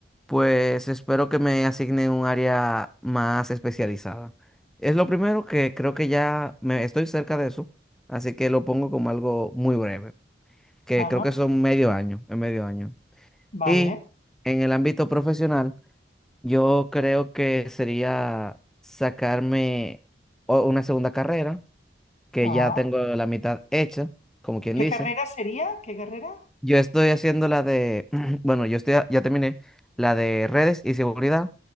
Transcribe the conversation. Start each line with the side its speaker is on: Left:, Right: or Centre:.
Centre: pues espero que me asigne un área más especializada. Es lo primero que creo que ya me estoy cerca de eso, así que lo pongo como algo muy breve. que
Left: Ajá.
Centre: creo que son medio año, en medio año.
Left: Vale.
Centre: Y en el ámbito profesional, yo creo que sería sacarme o- una segunda carrera, que
Left: Ah.
Centre: ya tengo la mitad hecha, como quien
Left: ¿Qué
Centre: dice.
Left: carrera sería? ¿Qué carrera?
Centre: Yo estoy haciendo la de, <clears throat> bueno, yo estoy, a- ya terminé la de redes y seguridad,